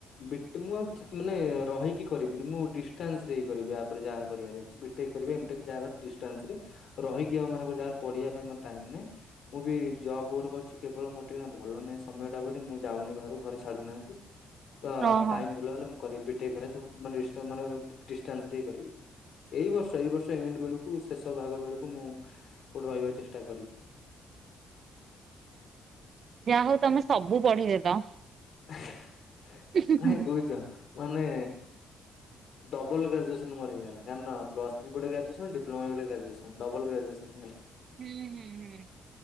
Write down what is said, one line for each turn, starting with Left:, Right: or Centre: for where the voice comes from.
Left: ବିଟ୍ ମୁଁ ଆଉ କିଛି ମାନେ ରହିକି କରିବିନି ମୁଁ ଡିଷ୍ଟାନ୍ସରେ ହି କରିବି ଆ ପରେ ଯାହା କରିବାର ଅଛି ବିଟେକ୍ କରିବି ଏମଟେକ୍ ଯାହା ହବ ଡିଷ୍ଟାନ୍ସରେ ରହିକି ଆଉ ମାନ ଗୋଟେ ଜାଗାରେ ପଢିବା ପାଇଁ ମୋର ଟାଇମ୍ ନାହିଁ। ମୁଁ ବି ଜବ୍ ଗୋଟେ କରୁଛି କେବଳ ମୋର ଟିକେ ଏଇନା ଭଲ ନାହିଁ ସମୟଟା ବୋଲି ମୁଁ ଯାଉନି ବାହାରୁକୁ ଘରେ ଛାଡ଼ୁନାହାନ୍ତି। ତ
Right: ଓହୋ
Left: ଟାଇମ୍ ଭଲ ହେଲେ ମୁଁ କରିବି ବିଟେକ୍ ଘରେ ସବୁ <unintelligible> ଡି-ଡିଷ୍ଟାନ୍ସ ରେ। କରିବି ଏଇ ବର୍ଷ ଏଇ ବର୍ଷ ଏଣ୍ଡ ବେଳୁକୁ ଶେଷ ଭାଗ ବେଳୁକୁ ମୁଁ କୋଉଠି ରହିବାକୁ ଚେଷ୍ଟା କରିବି।
Right: ଯାହା ହଉ ତମେ ସବୁ ପଢିଦେଲ।
Left: ହେଁ
Right: ହୁଁ
Left: କାହିଁ କହୁଛ ମାନେ ଡବଲ ଗ୍ରାଜୁଏସନ୍ ମୋର ହୋଇଗଲା କାରଣ ପ୍ଲସ ଥ୍ରି ବେଳେ ଗ୍ରାଜୁଏସନ୍ ଡିପ୍ଲୋମା ବେଳେ ଗ୍ରଜୁଏସନ୍ ଡବଲ ଗ୍ରାଜୁଏସନ୍ ହେଇଗଲା।
Right: ହୁଁ ହୁଁ ହୁଁ।